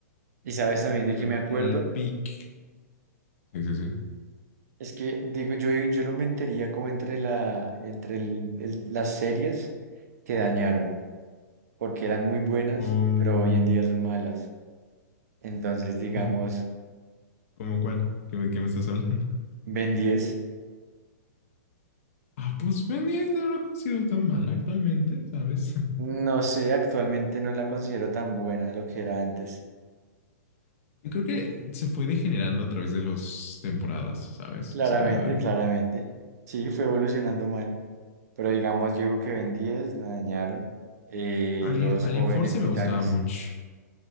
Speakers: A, on the right (about 60°); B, on the left (about 50°).
A: Y sabes
B: Era,
A: también de
B: era,
A: qué me acuerdo.
B: era el pic. Sí, sí, sí.
A: Es que, digo, yo, yo lo metería como entre, la, entre el- el- las series que dañaron, porque eran muy buenas,
B: ¿Cómo,
A: pero hoy en día son malas. Entonces, digamos,
B: cómo, cómo cuál? ¿Qué me, qué me estás hablando? <laughs>
A: Ben diez
B: Ah, pues Pendiente no lo considero tan mal actualmente, ¿sabes?
A: no sé, actualmente no la considero tan buena de lo que era antes.
B: <laughs> Yo creo que se fue degenerando a través de las temporadas, ¿sabes?
A: Claramente,
B: O sea,
A: claramente. Sí, fue evolucionando mal, pero digamos, llegó que Ben diez la dañaron. Eh,
B: Alien,
A: los
B: Alien
A: jóvenes
B: Force
A: titanes,
B: me gustaba mucho.